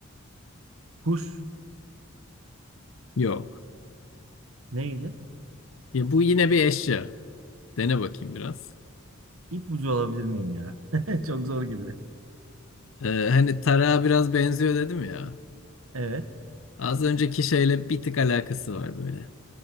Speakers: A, on the right; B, on the left.
A: Kuş
B: Yok.
A: Neydi?
B: Ya bu yine bir eşya. Dene bakayım biraz.
A: İpucu alabilir miyim ya? <laughs> Çok zor gibi.
B: E, hani tarağa biraz benziyor dedim ya.
A: Evet.
B: Az önceki şeyle bir tık alakası var böyle.